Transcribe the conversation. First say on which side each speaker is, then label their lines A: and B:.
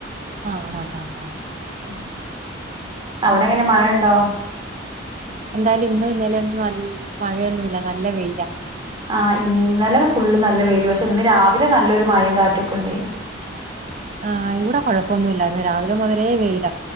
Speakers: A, on the right (about 40°); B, on the right (about 25°).
A: ആഹ് ആഹ് ഹഹ ആഹ്..
B: ഉം അവിടെ എങ്ങനെ മഴ ഉണ്ടോ.
A: എന്തായാലും ഇന്നും ഇന്നലെന്നും നല് മഴയൊന്നുമില്ല നല്ല വെയില.
B: ആഹ് ഇന്നലെ ഫുള്ള് നല്ല വെയില് പക്ഷെ ഇന്ന് രാവിലെ നല്ലൊരു മഴയും കാറ്റൊക്കെ ഉണ്ടയ്നു
A: ആഹ് ഇവിടെ കുഴപ്പൊന്നുല്ലായിരുന്നു രാവിലെ മുതലേ വെയില.